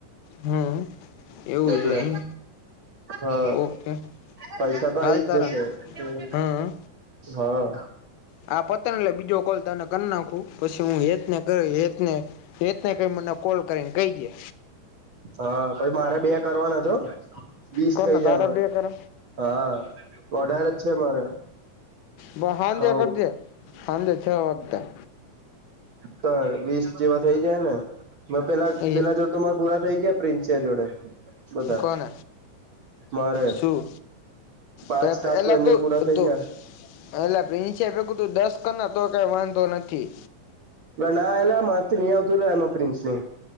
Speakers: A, on the left (about 85°); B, on the right (about 55°).
A: હમ એવું
B: એટલે
A: છે એમ
B: હા
A: ઓકે
B: પૈસા તો
A: હાલ
B: આઈ
A: તારા
B: જ જશે
A: હમ
B: હા
A: આ પતન બીજો કોલ તને કરી નાખું પછી હેત હેત ને હેત નહી કઈ મને કોલ કરીને કહી ગઈ
B: હા પછી મારે બે કરવાના છે. હો વીસ
A: કોને
B: થઇ જાયમારે
A: તારે બે કરે
B: હા અઢારે જ છે મારે
A: બ હાજે
B: હવ
A: કરજે હાજે છ વાગતા
B: તો વીસ જેવા થઇ જાય ને પેલા
A: એ
B: પેલા જોડે તો મારા પૂરા થઈ ગયા પ્રિન્સ જોડે. બધા
A: કોણ
B: મારે
A: શું
B: પાંચ
A: પેલા
B: ટાસ્ક એની
A: તો
B: જોડે પૂરા થઈ
A: તો
B: ગયા
A: એટલે પ્રિન્સે ભેગું તું દસ કર ના તો કઈ વાંધો નથી
B: એ ના એલા મા ન આવર એમાં પ્રિન્સ ન